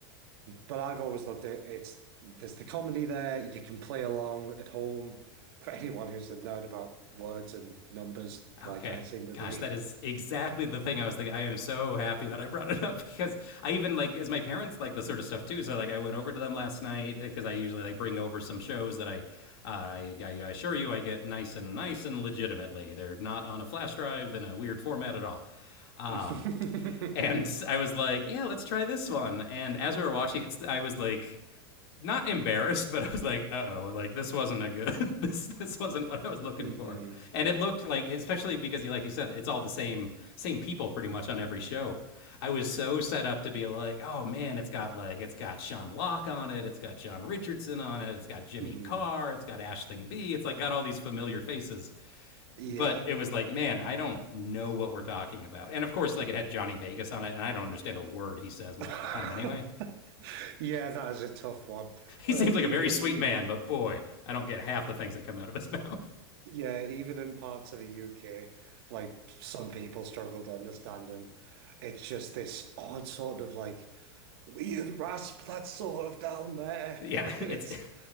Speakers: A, on the right; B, on the left.
A: But I've always loved it. It's, there's the comedy there. You can play along at home. For anyone who's a nerd about words and numbers,
B: Okay.
A: like I seem to
B: Gosh,
A: be.
B: that is
A: <laughs>
B: exactly the thing I was thinking. I am so happy that I brought it up <laughs> because I even like is my parents like this sort of stuff too. So like I went over to them last night because I usually like bring over some shows that I, I I I assure you I get nice and nice and legitimately. They're not on a flash drive in a weird format at all. Um,
A: <laughs>
B: and <laughs> I was like, yeah, let's try this one. And as we were watching, it's I was like, not embarrassed, but I was like, uh oh, like this wasn't a good <laughs> this this wasn't what I was looking
A: hmm
B: for. And it looked like especially because you like you said, it's all the same same people pretty much on every show. I was so set up to be like, oh man, it's got like it's got Sean Locke on it, it's got John Richardson on it, it's got Jimmy
A: hmm
B: Carr, it's got Ashling B, it's like got all these familiar faces.
A: Yeah.
B: But it was like, man, I don't know what we're talking about. And of course, like it had Johnny Vegas on it, and I don't understand a word he says most
A: <laughs>
B: of the time anyway.
A: Yeah, that is a tough one.
B: <laughs> He
A: Like
B: seems like
A: even
B: a very sweet
A: even
B: man, but boy, I don't get half the things that come out of his <laughs> mouth.
A: yeah, even in parts of the UK, like some people struggle to understand him. It's just this odd sort of like weird rasp that's sort of down there.
B: Yeah,
A: <laughs>
B: it's
A: And it's